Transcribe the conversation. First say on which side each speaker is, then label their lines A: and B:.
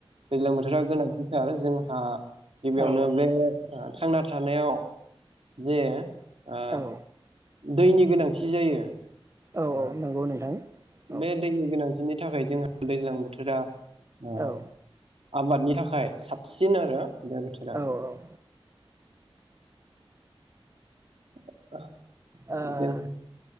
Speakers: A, on the right; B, on the right.
A: दैज्लां थोरा गोनांथिथार जों आ आ गिबियावनो
B: औ
A: बे ओ थांना थानायाव जे ओ
B: औ
A: दैनि गोनांथि जायो।
B: औ
A: ओ
B: औ नंगौ नोंथां। औ
A: बे दैनि गोनां गोनांथिनि थाखाय जोंहा दैज्लां बोथोरा ओ
B: औ
A: आबादनि थाखाय साब सिन आरो बे बोथोरा।
B: औ ओ
A: <inaudible>
B: ओह
A: जों